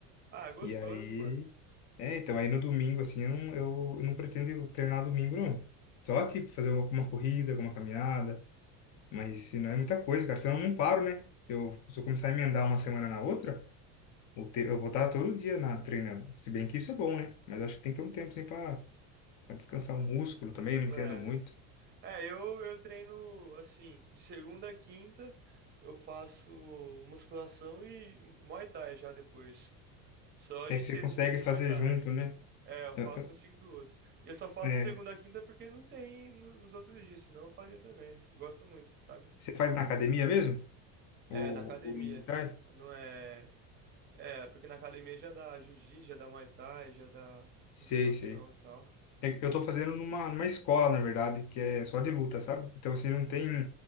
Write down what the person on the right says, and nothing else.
Ah, é gostoso,
mano.
É.
É, eu, eu treino assim, de segunda a quinta eu faço musculação e Muay Thai já depois. Só de
sexta
que não tem
Muay Thai.
É, eu faço
um seguido do outro. E eu só faço
de segunda a quinta porque não tem no- nos outros dias, senão eu faria também. Eu gosto muito, sabe?
É, na academia.
Não é. É, porque na academia já dá jiu-jitsu, já dá Muay Thai, já dá
musculação
e tal.